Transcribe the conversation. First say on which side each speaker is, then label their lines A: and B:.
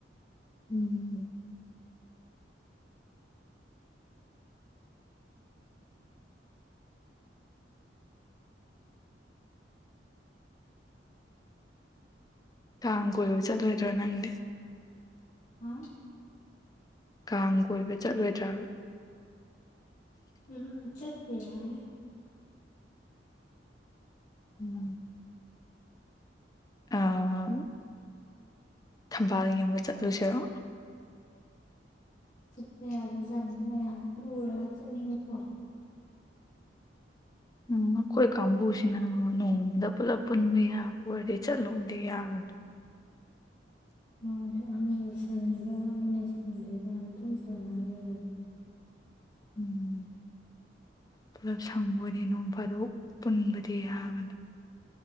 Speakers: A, on the left; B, on the left.
A: ꯎꯝ ꯀꯥꯡ ꯀꯣꯏꯕ ꯆꯠꯂꯣꯏꯗ꯭ꯔꯣ ꯅꯪꯗꯤ
B: ꯍꯥ
A: ꯀꯥꯡ ꯀꯣꯏꯕ ꯆꯠꯂꯣꯏꯗ꯭ꯔꯥꯕ
B: ꯎꯝ ꯎꯝ ꯆꯠꯄ ꯌꯥꯏ
A: ꯎꯝ ꯑꯥ ꯊꯝꯕꯥꯜ ꯌꯦꯡꯕ ꯆꯠꯂꯨꯁꯤꯔꯣ
B: ꯆꯠꯄ ꯌꯥꯕꯖꯥꯠꯅꯤ ꯃꯌꯥꯝꯁ ꯎꯔꯒ ꯆꯠꯅꯤꯡꯉꯤꯀꯣ
A: ꯎꯝ ꯑꯩꯈꯣꯏ ꯀꯥꯡꯕꯨꯁꯤꯅ ꯅꯣꯡꯃꯗ ꯄꯨꯜꯂꯞ ꯄꯨꯟꯕ ꯌꯥꯕ ꯑꯣꯏꯔꯗꯤ ꯆꯠꯂꯨꯗꯤ ꯌꯥꯕꯅꯤ
B: ꯃꯥꯅꯤ ꯑꯃꯅ ꯁꯟꯅꯤꯒ ꯑꯃꯅ ꯁꯟꯗꯦꯒꯅ ꯑꯗꯨꯝ ꯇꯧꯅꯔ ꯂꯩꯔꯕꯅꯤ
A: ꯎꯝ ꯄꯨꯂꯞ ꯁꯪꯕ ꯑꯣꯏꯗꯤ ꯅꯣꯡ ꯐꯥꯗꯣꯛ ꯄꯨꯟꯕꯗꯤ ꯌꯥꯕꯅꯤ